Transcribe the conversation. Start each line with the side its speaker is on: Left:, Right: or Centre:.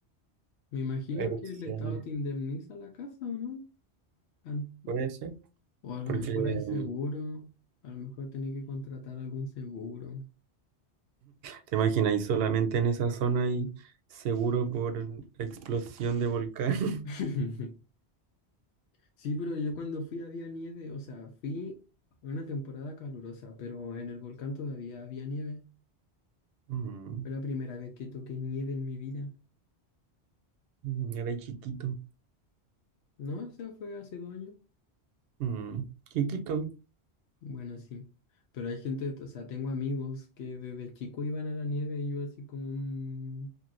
Left: Me imagino
Right: Erupciones.
Left: que el Estado te indemniza la casa, ¿o no? An-
Right: Puede ser.
Left: O a lo
Right: Porque
Left: mejor
Right: eh,
Left: hay seguro, a lo mejor tenés que contratar algún seguro.
Right: te imaginas, solamente en esa zona y seguro por explosión de volcán. <laughs>
Left: <laughs> Sí, pero yo cuando fui había nieve, o sea, fui en una temporada calurosa, pero en el volcán todavía había nieve.
Right: Mm,
Left: Fue la primera vez que toqué nieve en mi vida.
Right: mm, Era chiquito.
Left: No, o sea, fue hace dos años.
Right: Mm, Chiquito.
Left: Bueno, sí. Pero hay gente, o sea, tengo amigos que desde chico iban a la nieve y yo así como, "Mm,